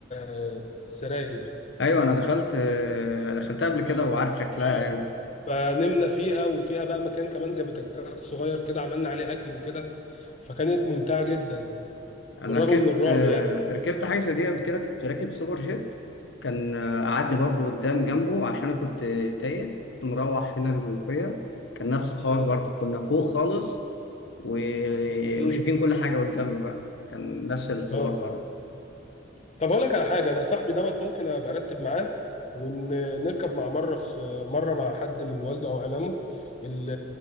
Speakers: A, on the left; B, on the left.
A: آه، سراير
B: ايوه انا دخلت آه، دخلتها قبل كده
A: ف-
B: وعارف شكلها
A: اه
B: يعني
A: فنمنا فيها وفيها بقى مكان كمان زي بوتاجاز صغير كده عملنا عليه اكل وكده فكانت ممتعه جدا
B: انا
A: بالرغم
B: ركبت
A: من الرعب
B: آه،
A: يعني
B: ركبت حاجه زي دي قبل كده كنت راكب سوبر جيت كان آه، قعدني برضو قدام جنبه عشان انا كنت تايه وكنت مروح هنا المنوفيه كان نفس الحوار
A: امم
B: برضو كنا فوق خالص و...
A: امم
B: وشايفين كل حاجه قدامنا بقى كان نفس الحوار
A: اه
B: برضو
A: طب اقول لك على حاجه انا صاحبي دوت ممكن ابقى ارتب معاه ونركب مع مره في مره مع حد من والده او عمامه ال-